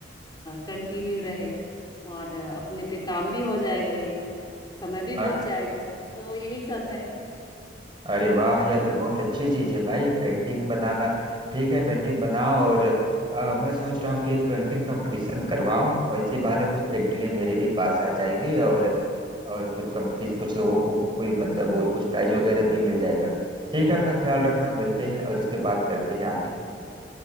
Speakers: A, on the left; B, on the right.
A: कंटिन्यू रहे और अ, अपने पे काम भी हो जाएगा ये समय भी
B: हाँ,
A: बीत जाएगा तो यही सब है
B: अरे वाह यह तो बहुत अच्छी चीज है भाई पेंटिंग बनाना ठीक है पेंटिंग बनाओ और अ, मैं सोच रहा हूँ कि एक पेंटिंग कंपटीशन करवाऊं और इसी बहाने कुछ पेंटिंगें मेरे भी पास आ जाएंगी और और कुछ कंपटीशन कुछ लोगों को कोई मतलब वो कुछ प्राइज वगैरह भी मिल जाएगा ठीक है अपना ख्याल रखना मिलते हैं और इस पे बात करते हैं आगे